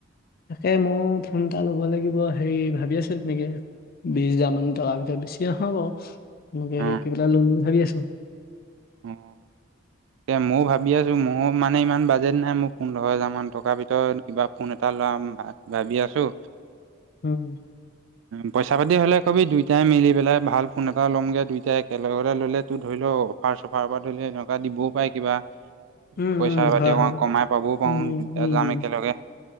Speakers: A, on the left (about 50°); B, on the right (about 75°).
A: তাকে, মই ফোন এটা ল'ব লাগিব, হেৰি ভাবি আছোঁ তেনেকে? বিচ হাজাৰ মান টকা ভিতৰত বেছি নহয় বাৰু <unintelligible>
B: অ
A: বুলি ভাবি আছোঁ।
B: অ'। এ ময়ো ভাবি আছোঁ, মোৰ মানে ইমান বাজেট নাই মোৰ পোন্ধৰ হেজাৰমান টকাৰ ভিতৰত কিবা ফোন এটা ল'ম। ভা-ভাবি আছোঁ।
A: হম।
B: পইচা পাতি হ'লে ক'বি দুইটাই মিলি পেলাই ভাল ফোন এটা ল'মগে দুইটাই একেলগতে ল'লেতো ধৰি ল অফাৰ চফাৰৰ পৰা ধৰি ল' সেনেকুৱা দিবয়ো পাৰে কিবা
A: উম,
B: পইচা
A: উম,
B: পাতি
A: হয়,
B: অকণ
A: হয়,
B: কমাই পাবও পাৰো
A: উম, উম,
B: দুটা
A: উম,
B: যাম
A: উম,
B: একেলগে